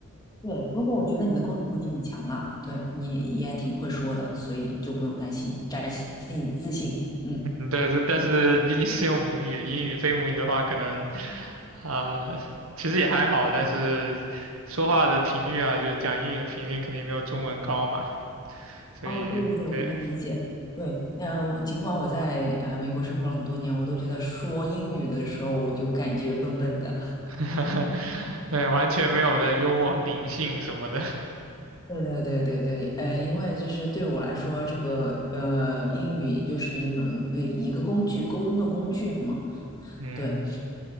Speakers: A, on the left; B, on the right.
A: 对，如果我觉得你的沟通能力很强啦，对你也挺会说的，所以就不用担心，展现你的自信。嗯，
B: 嗯对，但是毕竟是用母语，英语非母语的话，可能啊、其实也还好，但是说话的频率啊，就讲英语的频率肯定没有中文高嘛，所以对，
A: 哦，对对对，我能理解。对，那我尽管我在呃美国生活了很多年，我都觉得说英语的时候我就感觉笨笨的。
B: <laughs> 对，完全没有了幽默灵性什么的。
A: 对对对对对，呃，因为就是对我来说，这个呃，英语就是一门呃一个工具，沟通的工具嘛。
B: 嗯
A: 对，